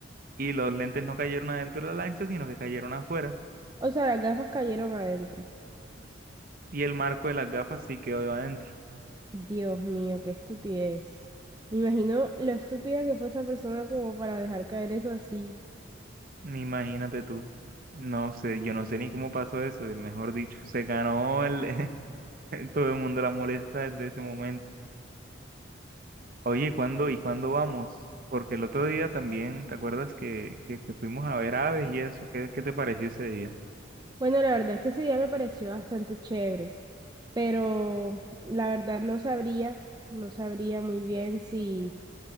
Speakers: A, on the right; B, on the right.
A: y los lentes no cayeron adentro de la lancha, sino que cayeron afuera.
B: O sea, las gafas cayeron adentro.
A: Y el marco de las gafas sí quedó adentro.
B: Dios mío, qué estupidez. Me imagino lo estúpida que fue esa persona como para dejar caer eso así.
A: Imagínate tú. No sé, yo no sé ni cómo pasó eso, eh, mejor dicho, se ganó el <laughs> todo el mundo la molesta desde ese momento. Oye, ¿cuándo y cuándo vamos? Porque el otro día también, ¿te acuerdas que, que, que fuimos a ver aves y eso? ¿Qué, qué te pareció ese día?
B: Bueno, la verdad es que ese día me pareció bastante chévere, pero la verdad no sabría, no sabría muy bien si...